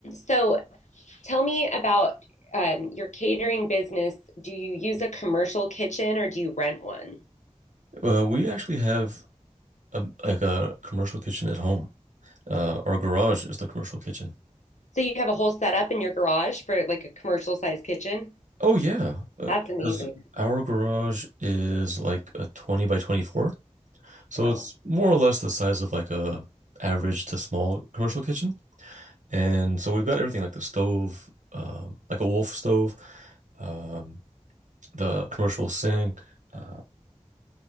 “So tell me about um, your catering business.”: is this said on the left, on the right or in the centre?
Left